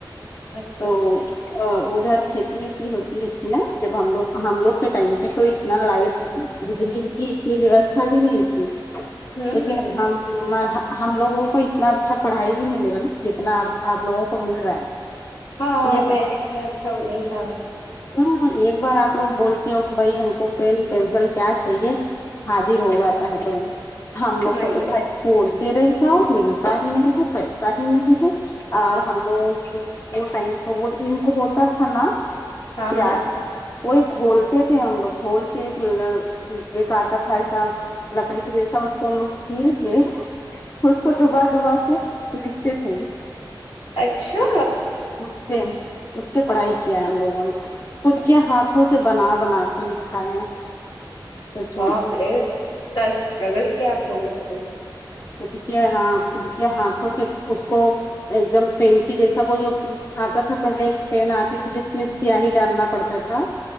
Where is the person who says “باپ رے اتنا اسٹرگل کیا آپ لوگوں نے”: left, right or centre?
Left